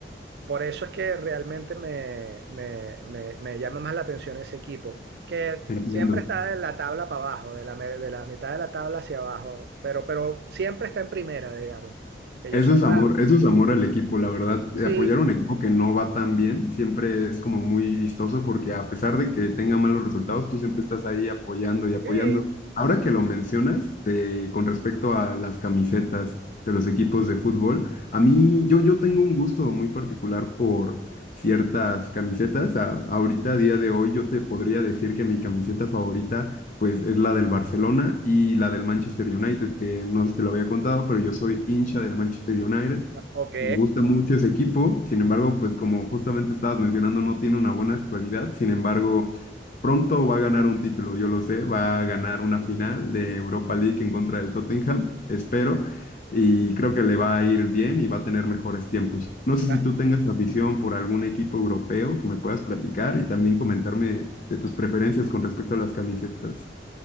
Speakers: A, on the right (about 65°); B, on the left (about 45°).
A: por eso es que realmente me, me, me, me llama más la atención ese equipo, que
B: entiendo.
A: siempre está de la tabla para abajo, de la, me- de la mitad de la tabla hacia abajo, pero, pero siempre está en primera, digamos. Que
B: Eso
A: yo sepa,
B: es amor, eso es amor al equipo, la verdad.
A: sí,
B: Eh, Apoyar a un equipo que no va tan bien siempre es como muy vistoso porque a pesar de que tenga malos resultados, tú siempre estás ahí apoyando y apoyando.
A: Sí,
B: Ahora que lo mencionas, te- con respecto a las camisetas de los equipos de fútbol, a mí yo, yo tengo un gusto muy particular por ciertas camisetas. A- ahorita, a día de hoy, yo te podría decir que mi camiseta favorita pues es la del Barcelona y la del Manchester United, que no te lo había contado, pero yo soy hincha del Manchester United.
A: ok.
B: Me gusta mucho ese equipo, sin embargo, pues como justamente estabas mencionando, no tiene una buena actualidad, sin embargo, pronto va a ganar un título, yo lo sé, va a ganar una final de Europa League en contra del Tottenham, espero, y creo que le va a ir bien y va a tener mejores tiempos. No sé
A: Ah,
B: si tú tengas afición por algún equipo europeo que me puedas platicar y también comentarme de tus preferencias con respecto a las camisetas.